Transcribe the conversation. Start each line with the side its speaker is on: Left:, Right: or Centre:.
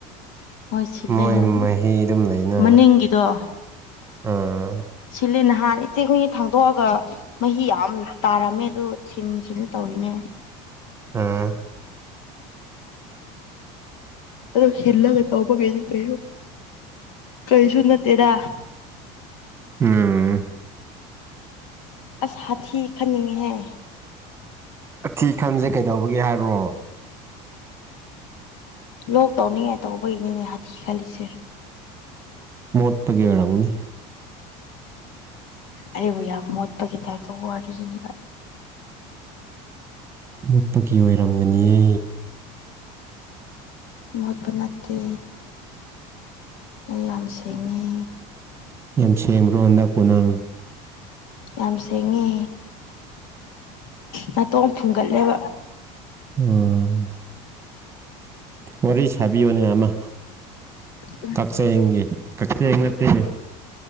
Left: ꯍꯣꯏ ꯁꯤꯜꯂꯦ
Right: ꯃꯣꯏ
Left: ꯍꯣꯏ
Right: ꯃꯍꯤ ꯑꯗꯨꯝ ꯂꯩꯅ
Left: ꯃꯅꯤꯡꯒꯤꯗꯣ
Right: ꯑꯥ
Left: ꯁꯤꯜꯂꯤ ꯅꯍꯥꯟ ꯏꯆꯦ ꯑꯩꯈꯣꯏꯅ ꯊꯥꯡꯗꯣꯛꯑꯒ ꯃꯍꯤ ꯌꯥꯝ ꯇꯥꯔꯝꯃꯦ ꯑ ꯁꯤꯟ ꯁꯤꯟ ꯇꯧꯔꯤꯅꯦ꯫
Right: ꯑꯥ
Left: ꯑꯗꯣ ꯍꯤꯜꯂꯒ ꯇꯧꯕꯈꯩꯗꯤ ꯀꯩ ꯀꯩꯁꯨ ꯅꯠꯇꯦꯗ
Right: ꯎꯝ
Left: ꯑꯁ ꯍꯥꯊꯤ ꯈꯟꯅꯤꯡꯉꯦꯍꯦ
Right: ꯑꯊꯤ ꯈꯟꯁꯦ ꯀꯩꯗꯧꯕꯒꯦ ꯍꯥꯏꯕ꯭ꯔꯣ
Left: ꯂꯣꯛ ꯇꯧꯅꯤꯡꯉꯥꯏ ꯇꯧꯕꯒꯤꯅꯤꯅꯦ ꯍꯥꯊꯤ ꯈꯜꯂꯤꯁꯦ꯫
Right: ꯃꯣꯠꯄꯒꯤ ꯑꯣꯏꯔꯝꯒꯅꯤ
Left: ꯑꯩꯕꯨ ꯌꯥꯝ ꯃꯣꯠꯄꯒꯤ ꯇꯥꯞꯇꯥ ꯋꯥꯔꯤꯒꯤꯗꯤ
Right: ꯃꯨꯠꯄꯒꯤ ꯑꯣꯏꯔꯝꯒꯅꯤꯌꯦ꯫
Left: <inaudible> ꯃꯣꯠꯄ ꯅꯠꯇꯦ ꯑꯩ ꯌꯥꯝ ꯁꯦꯡꯉꯦ꯫
Right: ꯌꯥꯝ ꯁꯦꯝꯈ꯭ꯔꯣ ꯍꯟꯗꯛꯄ ꯅꯪ
Left: ꯌꯥꯝ ꯁꯦꯡꯉꯦ ꯅꯥꯇꯣ ꯐꯨꯡꯒꯠꯂꯦꯕ
Right: ꯎ ꯋꯥꯔꯤ ꯁꯥꯕꯤꯌꯣꯅꯦ ꯑꯃ꯫
Left: ꯎ
Right: ꯀꯥꯛꯆꯦꯡꯒꯤ ꯀꯥꯛꯆꯦꯡꯒꯤ ꯅꯠꯇꯦꯅꯦ